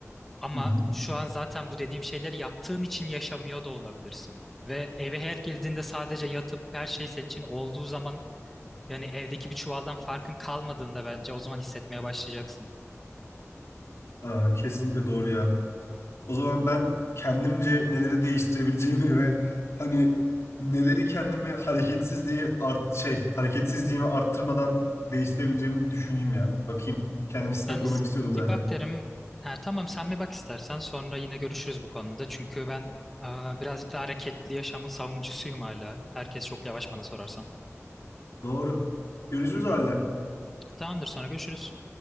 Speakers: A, in the centre; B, on the left.
A: Ama
B: Hı hı.
A: şu an zaten bu dediğim şeyleri yaptığın için yaşamıyor da olabilirsin. Ve eve her girdiğinde sadece yatıp her şey senin için olduğu zaman yani evdeki bir çuvaldan farkın kalmadığında bence o zaman hissetmeye başlayacaksın.
B: Aa, kesinlikle doğru ya. O zaman ben kendimce neleri değiştirebileceğimi ve hani neleri kendimi hareketsizliği art şey hareketsizliğimi arttırmadan değiştirebileceğimi bir düşüneyim ya. Bakayım. Kendim sistem
A: Yani
B: kurmak
A: s-
B: istiyordum zaten.
A: bir bak derim. Ha, tamam sen bir bak istersen sonra yine görüşürüz bu konuda. Çünkü ben e, birazcık daha hareketli yaşamın savunucusuyum hala. Herkes çok yavaş bana sorarsan.
B: <laughs> Doğru. Görüşürüz
A: Hı hı.
B: o halde.
A: Tamamdır sonra görüşürüz.